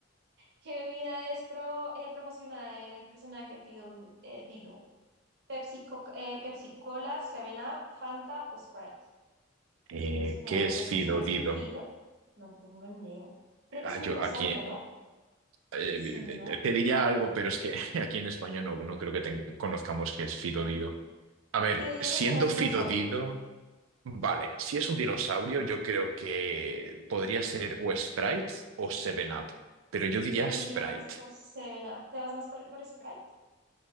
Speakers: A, on the right; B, on the right.
A: ¿Qué bebida es pro, eh, promocionada en el personaje Fido, eh, Dido? Pepsi, Co- eh, Pepsi Cola, Seven up Fanta o Sprite.
B: Eh,
A: Es promocionada
B: ¿qué
A: con
B: es
A: el
B: Fido
A: personaje
B: Dido?
A: Fido. No tengo ni idea. Creo que
B: Ah,
A: es un
B: yo
A: dinosaurio,
B: aquí
A: no
B: eh,
A: Seven 7-Up.
B: te diría algo, pero es que <laughs> aquí en España no, no creo que ten- conozcamos qué es Fido Dido.
A: ok.
B: A ver,
A: Fido Dido
B: siendo
A: me suena a un dinosaurio.
B: Fido Dido. Vale, si es un dinosaurio, yo creo que podría ser o Sprite o Seven Up, pero yo
A: Yo
B: diría
A: me
B: Sprite.
A: iría más por Seven up ¿Te vas más por, por Sprite?